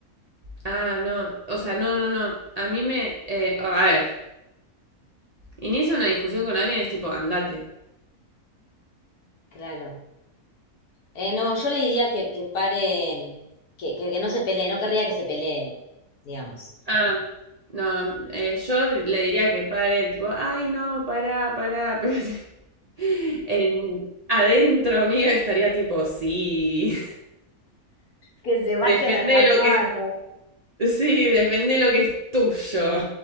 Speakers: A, on the right (about 60°); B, on the left (about 80°).
A: Ah, no, o sea, no, no, no, a mí me, eh, a ver, inicia una discusión con alguien es tipo, andate.
B: Claro. Eh, no, yo le diría que, que pare, que, que, que no se pelee, no querría que se pelee, digamos.
A: Ah, no, eh, yo le diría que pare, tipo, ay, no, para, para, <laughs> pero tipo, en, adentro mío estaría tipo, sí,
B: Que
A: <laughs>
B: se vayan
A: defende
B: a las
A: lo
B: manos.
A: que Sí, depende de lo que es tuyo.